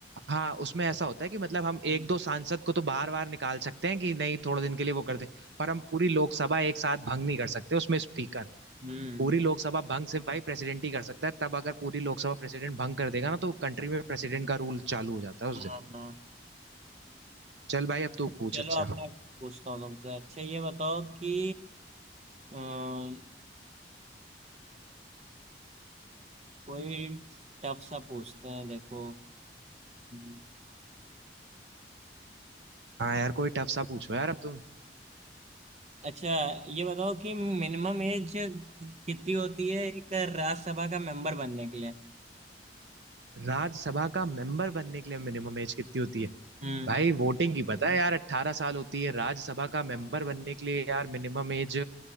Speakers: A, on the right; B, on the right.
A: हाँ उसमें ऐसा होता है कि मतलब हम
B: हैं
A: एक दो सांसद को तो बार बार निकाल सकते हैं कि नहीं थोड़े दिन के लिए वो कर दे पर हम पूरी लोकसभा एक साथ भंग नहीं कर सकते उसमें स्पीकर
B: हम्म
A: पूरी लोकसभा भंग सिर्फ भाई प्रेसिडेंट ही कर सकता है तब अगर पूरी लोकसभा प्रेसिडेंट भंग कर देगा ना तो कंट्री में प्रेसिडेंट का रूल चालू हो जाता है उस
B: हाँ
A: दिन
B: हाँ
A: चल भाई अब तू पूछ
B: चलो
A: अच्छा
B: अब मैं पूछता हूँ तुमसे अच्छा ये बताओ कि अ, हम्म, कोई टफ सा पूछते हैं देखो हम्म।
A: हाँ यार कोई टफ सा पूछो यार अब तुम
B: अच्छा ये बताओ कि मिनिमम एज कितनी होती है एक राज्यसभा का मेंबर बनने के लिए
A: राज्यसभा का मेंबर बनने के लिए मिनिमम एज कितनी होती है
B: हम्म
A: भाई वोटिंग की पता है हम्म, यार अट्ठारह साल होती है राज्यसभा का मेंबर बनने के लिए यार मिनिमम एज